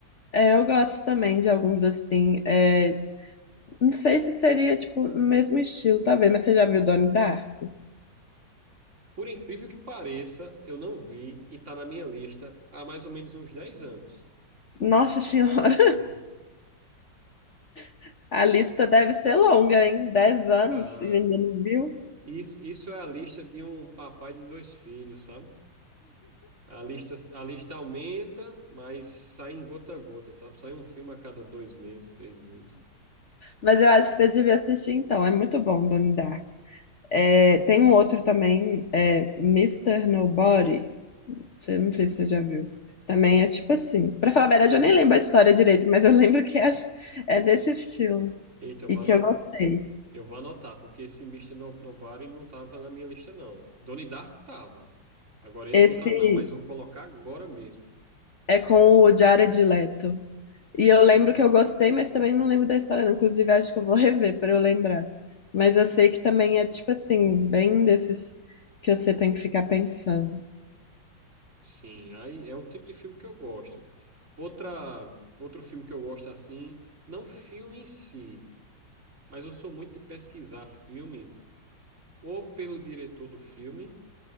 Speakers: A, on the left; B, on the right.
A: É, eu gosto também de alguns assim. é, não sei se seria tipo no mesmo estilo, talvez, mas você já viu Donnie Darko?
B: Por incrível que pareça, eu não vi e tá na minha lista há mais ou menos uns 10 anos.
A: Nossa Senhora,
B: <laughs>
A: <laughs> a lista deve ser longa, hein? Dez anos,
B: Ah,
A: você ainda não viu?
B: isso, isso é a lista de um papai de dois filhos, sabe? A lista, a lista aumenta, mas sai em gota a gota, sabe? Sai um filme a cada dois meses, três meses.
A: Mas eu acho que você devia assistir então. É muito bom, Donnie Darko. É, tem um outro também, é, Mr. Nobody. Você, não sei se você já viu. Também é tipo assim. Pra falar a verdade, eu nem lembro a história direito, mas eu <laughs> lembro que é, é nesse estilo.
B: Eita, eu
A: E
B: vou
A: que
B: anotar,
A: eu gostei.
B: eu vou anotar, porque esse Mr. No- Nobody não tava na minha lista, não. Donnie Darko tava. Agora esse
A: Esse
B: não tá, não, mas vou colocar agora mesmo.
A: é com o Jared Leto. E eu
B: Hum.
A: lembro que eu gostei, mas também não lembro da história, não. Inclusive, acho que eu vou rever pra eu lembrar. Mas eu sei que também é tipo assim, bem desses que você tem que ficar pensando.
B: Sim, aí é o tipo de filme que eu gosto. Outra, outro filme que eu gosto assim, não filme em si, mas eu sou muito de pesquisar filme ou pelo diretor do filme